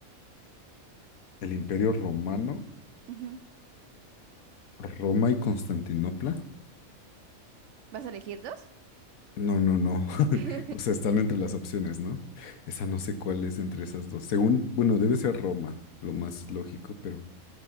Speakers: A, on the left (about 85°); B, on the right (about 65°).
A: El Imperio Romano,
B: Ujú.
A: Roma y Constantinopla.
B: ¿Vas a elegir dos?
A: No, no, no. <laughs>
B: <laughs>
A: O sea, están entre las opciones, ¿no? Esa no sé cuál es entre esas dos. Según, bueno, debe ser Roma, lo más lógico, pero